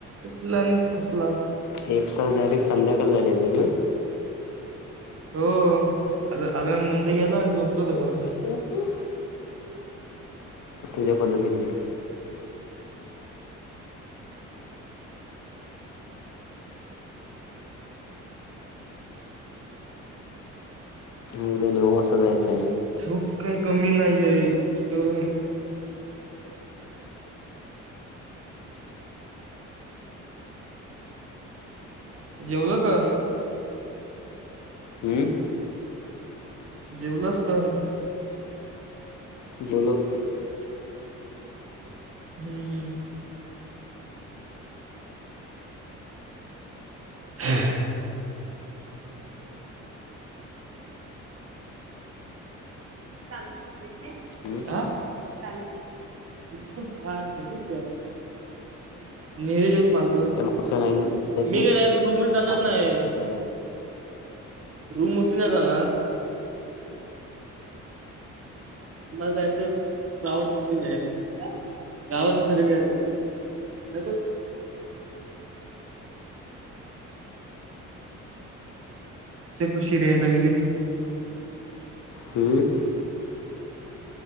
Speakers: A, on the right; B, on the left.
A: लहान फसला
B: एक तास डायरेक्ट संध्याकाळी झाले असेल ना
A: हो आ आग मुंदे गेला आणि झोपलो तसत
B: सू तुझ्या पद्धतीने उद ना जायचे
A: झोप काही कमी नाही आहे तर जेवलं का
B: हम्म
A: जेवलास का
B: जलग
A: हम्मम् हा ह
B: हम्म
A: नरलेत माझू
B: त्या मागच्या लाईन दिसतायत
A: मीकडे
B: ना
A: रुमर जाणार
B: फार
A: नाही
B: त्याच्यावर आहे.
A: रूम होती का जाणार आम्हाला जायचंय गावात घरीयला गावात घरी गेयला जायचंय कशीरयला लागली
B: हम्म